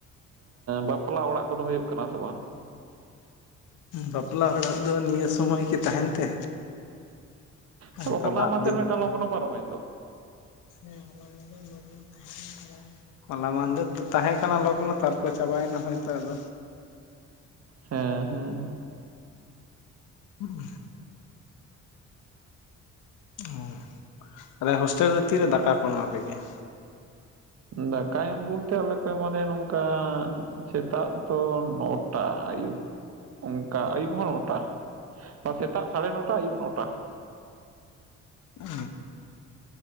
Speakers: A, on the right (about 55°); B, on the left (about 85°).
A: ᱵᱟᱯᱞᱟ ᱚᱲᱟᱜ ᱠᱚᱫᱚ ᱦᱩᱭᱩᱜ ᱠᱟᱱᱟ ᱥᱮ ᱵᱟᱝ?
B: ᱵᱟᱯᱞᱟ ᱚᱲᱟᱜ ᱫᱚ ᱱᱤᱭᱟᱹ ᱥᱚᱢᱚᱭ ᱠᱤ ᱛᱟᱦᱮᱱ ᱛᱮ ᱦᱮᱸ
A: ᱪᱚ ᱦᱚᱞᱟ
B: ᱛᱚ ᱫᱟᱜ
A: ᱢᱟᱫᱷᱮᱨ
B: ᱫᱤᱱ
A: ᱢᱤᱫᱴᱟᱝ ᱞᱚᱜᱱᱚ ᱯᱟᱨᱚᱢᱮᱱ ᱫᱚ
B: <inaudible> ᱞᱚᱜᱽᱱᱚ ᱛᱟᱦᱮᱸ ᱞᱮᱱ ᱛᱚ <inaudible> ᱦᱚᱞᱟ ᱢᱟᱦᱫᱮᱨ ᱫᱚ ᱛᱟᱦᱮᱸ ᱠᱟᱱᱟ ᱞᱚᱜᱱᱚ ᱛᱟᱨᱯᱚᱨᱮ ᱪᱟᱵᱟᱭᱮᱱᱟ ᱦᱚᱭᱛᱚ ᱟᱫᱚ
A: ᱦᱮᱸ ᱦᱮᱸ
B: ᱦ <unintelligible> ᱦᱳᱭ, ᱛᱟᱞᱦᱮ ᱦᱳᱥᱴᱮᱞ ᱨᱮ ᱛᱤᱨᱮ ᱫᱟᱠᱟ ᱠᱚ ᱮᱢᱟᱯᱮ ᱜᱮᱭᱟ
A: ᱫᱟᱠᱟ ᱮᱢ ᱵᱚᱞᱛᱮ ᱟᱞᱮ ᱠᱚ ᱮᱢᱟᱱᱮᱭᱟ ᱱᱚᱝᱠᱟ ᱥᱮᱛᱟᱜ ᱫᱚ ᱱᱚᱴᱟ ᱟᱹᱭᱩᱵ
B: <unintelligible>
A: ᱚᱝᱠᱟ ᱟᱹᱭᱩᱵ ᱦᱚᱸ ᱱᱚᱴᱟ ᱵᱟ ᱥᱮᱛᱟᱜ ᱥᱟᱲᱮ ᱱᱚᱴᱟ ᱟᱹᱭᱩᱵ ᱱᱚᱴᱟ
B: ᱚ